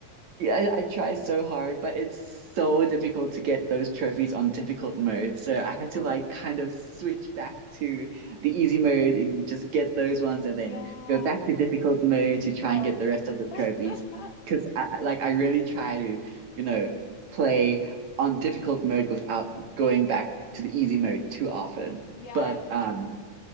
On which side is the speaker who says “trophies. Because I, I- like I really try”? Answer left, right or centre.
Right